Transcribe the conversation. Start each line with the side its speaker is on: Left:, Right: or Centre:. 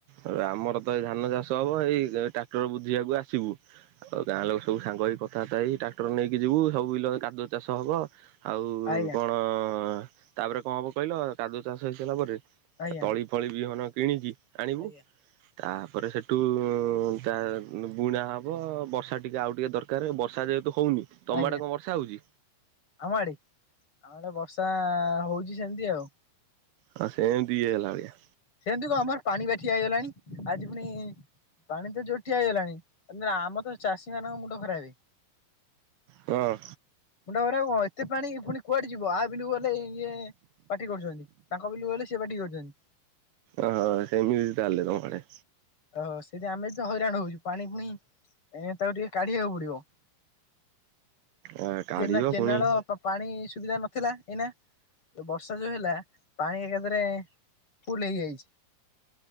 Right: ଆ ଆମର ତ ଏଇ ଧାନ ଚାଷ ହବ ଏଇ ଟ୍ରାକ୍ଟର ବୁଝିବାକୁ ଆସିବୁ। ଆଉ ଗାଁ ଲୋକ ସବୁ ସାଙ୍ଗ ହେଇ କଥାବାର୍ତ୍ତା ହେଇ ଟାକ୍ଟର ନେଇକି ଯିବୁ ସବୁ ବିଲ କାଦୁ ଚାଷ ହବ ଆଉ
Left: ଆଜ୍ଞା
Right: କଣ କ ତାପରେ କଣ ହବ କହିଲ କାଜୁ ଚାଷ ହେଇସାରିଲା ପରେ
Left: ଆଜ୍ଞା।
Right: ତଳି ଫଳି ବିହନ କିଣିିକି ଆଣିବୁ।
Left: ଆଜ୍ଞା
Right: ତାପରେ ସେଠୁ ତା ବୁଣା ହବ ବର୍ଷା ଟିକେ ଆଉ ଟିକେ ଦରକା କାରେ ବର୍ଷା ଯେହେତୁ ହଉନି। ତମ
Left: ଆଜ୍ଞା
Right: ଆଡେ କଣ ବର୍ଷା ହଉଛି?
Left: ଆମ ଆଡେ ଆମ ଆଡେ ବର୍ଷା ହୋଉଛି ସେମିତି ଆଉ।
Right: ହଁ ସେମିତି ଇଏ ହେଲା ଭଳିଆ।
Left: ସେମିତି କଣ ଆମର ପାଣି ବା ଠିଆ ହେଇଗଲାଣି ଆଜି ପୁଣି ପାଣି ତ ଜୋର ଠିଆ ହେଇଗଲାଣି। ଆମ ତ ଚାଷୀ ମାନକ ମୁଣ୍ଡ ଖରାପେ।
Right: ହଁ
Left: ମୁଣ୍ଡ ଖରାପେ କଣ ଏତେ ପାଣି ପୁଣି କୁଆଡେ ଯିବ ଆ ବିଲକୁ ଗଲେ ଇଏ ପାଟି କରୁଛନ୍ତି ତାଙ୍କ ବିଲକୁ ଗଲେ ସେ ପାଟି କରୁଛନ୍ତି।
Right: ଆ ସେମିତି ତାହେଲେ ତମଆଡେ।
Left: ଓହୋ ସେଇଠି ଆମେ ଏ ତ ହଇରାଣ ହଉଛୁ ପାଣି ପୁଣି ଏ ତାକୁ ଟିକେ କାଢିବାକୁ ପଡିବ।
Right: ଆ କାଢିବ
Left: କେନା କେନାଳ
Right: ପୁଣି
Left: ପାଣି ସୁବିଧା ନଥିଲା ଏଇନା। ଏ ବର୍ଷା ଯୋଉ ହେଲା ପାଣି ଏକାଥରେ ଫୁଲ ହେଇଯାଇଛି।